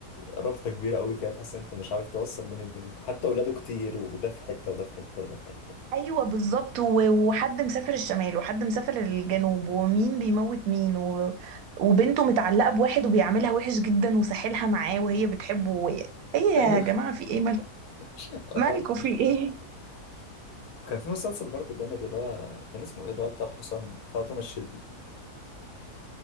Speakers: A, on the left; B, on the right.
A: رابطه كبيره قوي كده تحس انت مش عارف توصل بين البنين حتى اولاده كتير وده في حته وده في حته وده في حته
B: ايوه بالظبط و- وحد مسافر الشمال وحد مسافر الجنوب ومين بيموت مين و... وبنته متعلقة بواحد وبيعاملها وحش جدا وساحلها معاه وهي بتحبه وهي... ايه يا
A: ايوه
B: جماعة في ايه مالكم
A: <laughs> الحوار
B: مالكوا
A: كبير
B: في ايه
A: شوية. وكان في مسلسل برضه جامد اللي هو كان اسمه ايه اللي هو بتاع الحصان بتاع توماس شيلبي